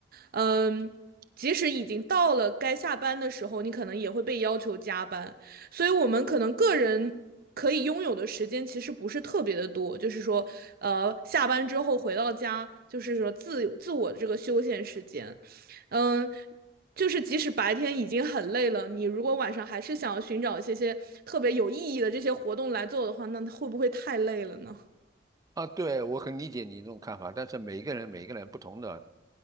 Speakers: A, on the right (about 55°); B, on the right (about 20°).
A: 嗯，即使已经到了该下班的时候，你可能也会被要求加班。所以我们可能个人可以拥有的时间其实不是特别的多，就是说，呃，下班之后回到家，就是说自自我的这个休闲时间，嗯。就是即使白天已经很累了，你如果晚上还是想要寻找一些些特别有意义的这些活动来做的话，那会不会太累了呢？
B: 啊，对，我很理解你这种看法，但是每一个人每一个人不同的，